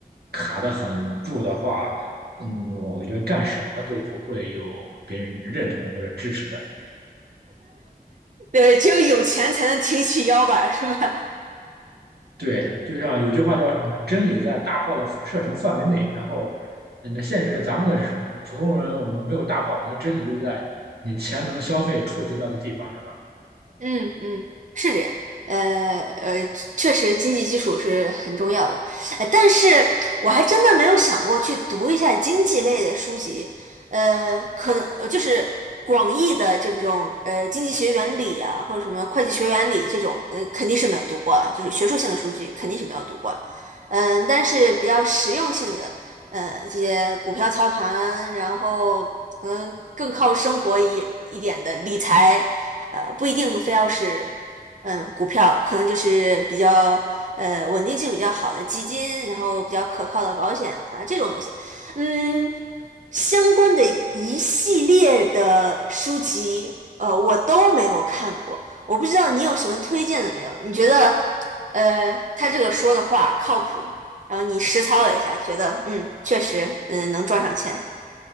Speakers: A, on the right (about 90°); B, on the right (about 50°).
A: 卡得很住的话，嗯，我感觉干什么都不会有别人认同或者支持的。
B: 对，只有有钱才能挺起腰板儿，是吧？
A: 对，就像有句话叫什么，真理在大炮的射程范围内。然后，嗯，那现实咱们的普通人，我们没有大炮，我们的真理就在你钱能消费触及到的地方，是吧？
B: 嗯嗯，是这样。呃呃，确实经济基础是很重要的，呃，但是我还真的没有想过去读一下经济类的书籍，呃，可能呃就是广义的这种呃经济学原理啊，或者什么会计学原理这种，呃，肯定是没有读过了，就是学术性的书籍肯定是没有读过了，嗯、但是比较实用性的，呃，这些股票操盘，然后可能更靠生活一一点的理财。呃，不一定非要是嗯股票，可能就是比较呃稳定性比较好的基金，然后比较可靠的保险啊这种东西，嗯，相关的一系列的书籍，呃，我都没有看过，我不知道你有什么推荐的没有？你觉得呃他这个说的话靠谱？然后你实操了一下，觉得嗯，确实，嗯，能赚上钱。